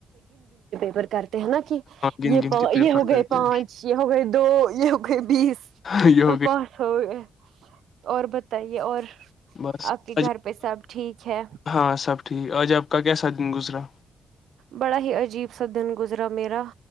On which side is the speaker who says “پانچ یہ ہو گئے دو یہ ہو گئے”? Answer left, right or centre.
Right